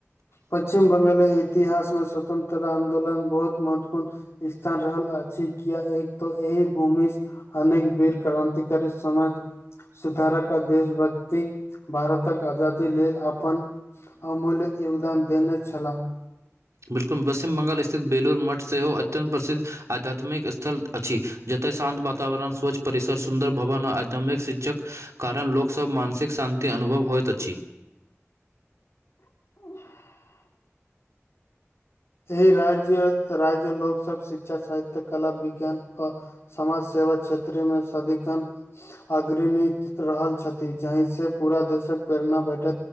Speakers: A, on the left; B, on the right.
A: पश्चिम बंगाल इतिहास मे स्वतंत्र आंन्दोलन बहुत महत्वपूर्ण स्थान रहल अछि किया त एक त एहि भूमि अनेक वीर क्रान्तिकारी समाज सुधारक देशभक्ति भारतक आजादी लेल अपन अमूल्य योगदान देने छलाह।
B: बिलकुल, पश्चिम बंगाल स्थित बेलूर मठ सेहो अत्यन्त प्रसिद्ध आध्यात्मिक स्थल अछि। जतय शान्त वातावरण, स्वच्छ परिसर, सुन्दर भवन आ आध्यमिक शिक्षक कारण लोकसभ मानसिक शान्ति अनुभव होइत अछि।
A: <unintelligible> एहि राज्य राज लोकसब शिक्षा सहित्य कला विज्ञान आ। समाज सेवा क्षेत्र मे सदिखन। अग्रणी रहल छथि जाहि से पूरा देशक प्रेरणा भेठल।